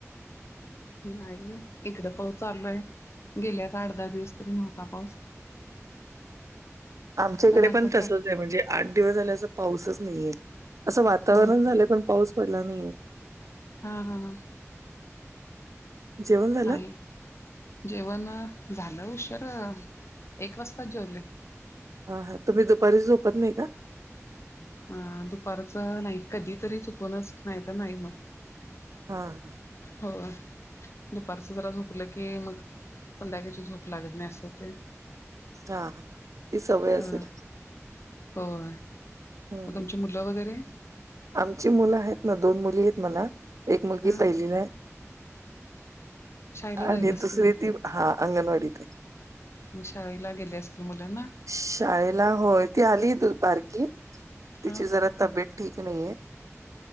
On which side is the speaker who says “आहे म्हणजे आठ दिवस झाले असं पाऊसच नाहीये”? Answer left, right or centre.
Right